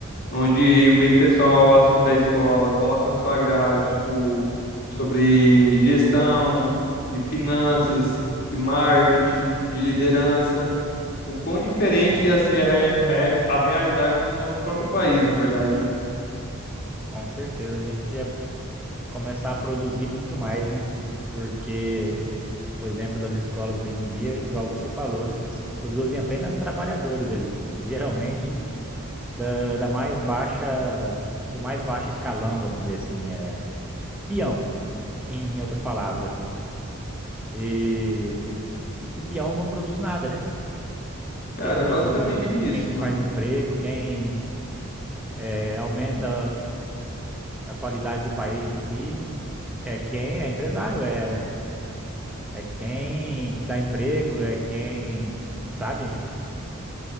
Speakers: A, on the left; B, in the centre.
A: onde o meio que pessoal, assim, da escola coloca na sua grade, tipo, sobre gestão, de finanças, de marketing, de liderança. O quão diferente ia ser a, rea- a realidade do nosso próprio país, na verdade, né?
B: com certeza a gente ia começar a produzir muito mais, né? Porque o exemplo das escolas hoje em dia, igual você falou, eles produzem apenas trabalhadores ali, geralmente da, da mais baixa, do mais baixo escalão, vamos dizer assim, é peão, em outras palavras, assim. E, e peão não produz nada, né?
A: Cara,
B: Quem produz,
A: é basicamente isso,
B: quem
A: mano.
B: faz emprego, quem eh, aumenta a qualidade do país em si, é quem é empresário, é, é quem dá emprego, é quem, sabe?